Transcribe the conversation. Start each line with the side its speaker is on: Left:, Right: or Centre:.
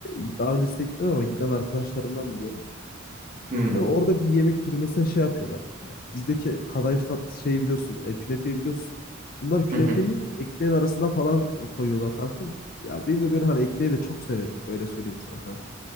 Left: e, daha öncesine gitmedim ama giden arkadaşlarımdan biliyorum.
Right: Hmm.
Left: Yani orada bir yemek türü mesela şey yapıyorlar. E, Bizdeki kadayıf tat şeyi biliyorsun, e, künefeyi biliyorsun. Bunlar künefeyi
Right: Hı hı.
Left: ekmeğin arasına falan koyuyorlar kankam. Ya benim de böyle hani ekmeği de çok severim öyle söyleyeyim sana